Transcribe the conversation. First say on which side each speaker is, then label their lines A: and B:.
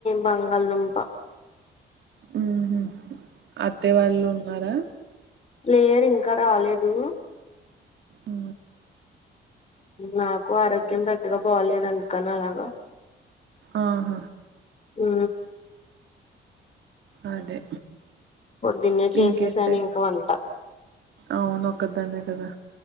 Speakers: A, on the left; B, on the right.
A: బంగాళదుంప
B: ఉహు అత్తయ్య వాళ్ళు ఉన్నారా
A: లేరు ఇంకా రాలేదు
B: ఊ
A: నాకు ఆరోగ్యం పెద్దగా బాలేదు అందుకని అలాగా
B: అహ
A: ఊ
B: అదే
A: పొద్దున్నే చేసేసాను
B: ఇంకేంటి
A: ఇంకా వంట
B: అవును ఒక్కదాన్నే కదా